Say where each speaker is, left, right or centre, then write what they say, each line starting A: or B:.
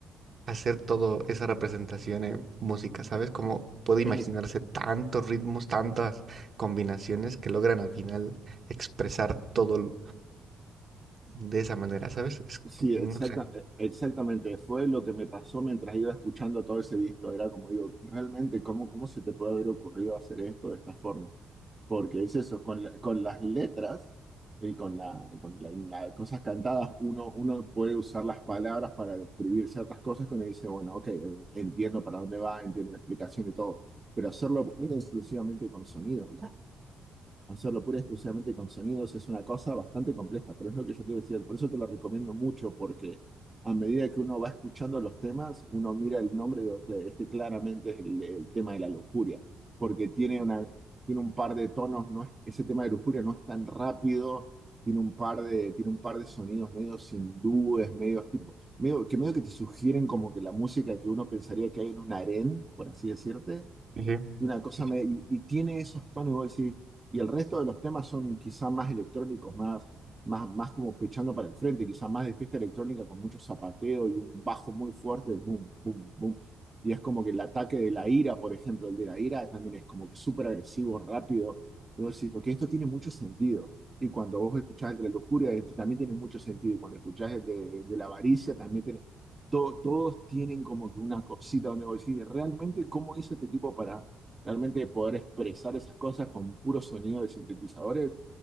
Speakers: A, on the right (about 45°); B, on the right (about 25°).
A: hacer todo esa representación en música, ¿sabes? Cómo puede
B: Eh,
A: imaginarse tantos ritmos, tantas combinaciones que logran al final expresar todo l- de esa manera, ¿sabes? Es-
B: sí,
A: no
B: exacta-
A: sé.
B: eh, exactamente. Fue lo que me pasó mientras iba escuchando todo ese disco. Era como digo, realmente, ¿cómo, cómo se te puede haber ocurrido hacer esto de esta forma? porque es eso, con, la- con las letras y con la, con la- la- cosas cantadas, uno, uno puede usar las palabras para describir ciertas cosas que uno dice, bueno, ok, eh, entiendo para dónde va, entiendo la explicación y todo, pero hacerlo pura y exclusivamente con sonido. ¿no? Hacerlo pura y exclusivamente con sonidos es una cosa bastante compleja, pero es lo que yo te decía. Por eso te lo recomiendo mucho, porque a medida que uno va escuchando los temas, uno mira el nombre y digo, "Cla- este claramente es el, el tema de la lujuria, porque tiene una, tiene un par de tonos, no es- ese tema de lujuria no es tan rápido, tiene un par de, tiene un par de sonidos medios hindúes, medios tipo, medio, que medio que te sugieren como que la música que uno pensaría que hay en un harén, por así decirte
A: Sí, sí,
B: y una cosa
A: sí,
B: me,
A: sí,
B: y, y tiene esos tonos, vos decís, y el resto de los temas son quizá más electrónicos, más, más, más como pechando para el frente, quizá más de fiesta electrónica con mucho zapateo y un bajo muy fuerte de boom, boom, boom. Y es como que el ataque de la ira, por ejemplo, el de la ira también es como que súper agresivo, rápido. Y vos decís, ok, esto tiene mucho sentido. Y cuando vos escuchás el de la lujuria, este también tiene mucho sentido. Y cuando escuchás el de, de la avaricia, también tiene... to- todos tienen como que una cosita donde vos decís, realmente, ¿cómo hizo este tipo para Realmente poder expresar esas cosas con puro sonido de sintetizadores